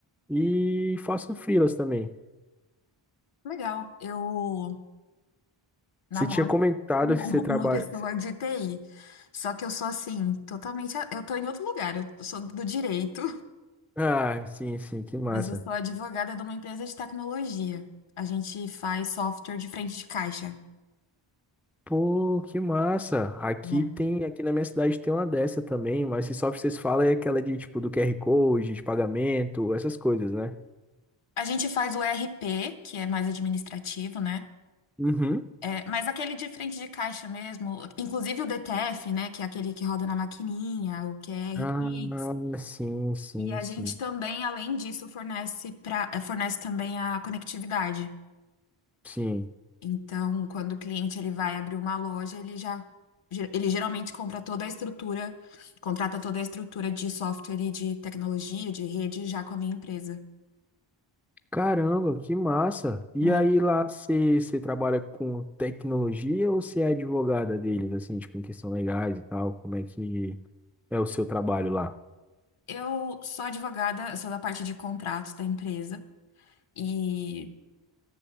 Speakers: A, in the centre; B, on the left (about 75°).
A: e faço freelas também.
B: Legal. Eu namoro
A: Você tinha comentado
B: <laughs>
A: que você trabalha.
B: uma pessoa de TI. Só que eu sou assim, totalmente. a- Eu tô em outro lugar. Eu sou do direito,
A: Ah, sim, sim,
B: <laughs>
A: que massa.
B: mas eu sou advogada de uma empresa de tecnologia. A gente faz software de frente de caixa.
A: Pô, que massa. Aqui
B: né?
A: tem, aqui na minha cidade tem uma dessa também, mas se só vocês falam é aquela de tipo do QR Code, de pagamento, essas coisas, né?
B: A gente faz o ERP, que é mais administrativo, né?
A: Uhum.
B: É, mas aquele de frente de caixa mesmo, inclusive o DTF, né? Que é aquele que roda na maquininha, o QR
A: Ah,
B: Pix.
A: sim, sim,
B: E a
A: sim.
B: gente também, além disso, fornece, pra, eh, fornece também a conectividade.
A: Sim.
B: Então, quando o cliente ele vai abrir uma loja, ele já ge- ele geralmente compra toda a estrutura, contrata toda a estrutura de software e de tecnologia, de rede, já com a minha empresa,
A: Caramba, que massa. E
B: né?
A: aí lá você você trabalha com tecnologia ou você é advogada deles, assim, tipo, em questão legais e tal? Como é que é o seu trabalho lá?
B: Eu sou advogada, eu sou da parte de contratos da empresa. E